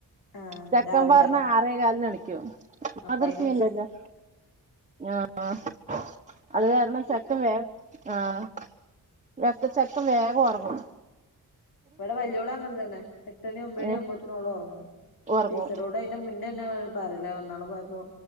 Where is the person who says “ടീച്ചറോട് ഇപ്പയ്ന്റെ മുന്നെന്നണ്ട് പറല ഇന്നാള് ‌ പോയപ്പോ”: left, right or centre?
Left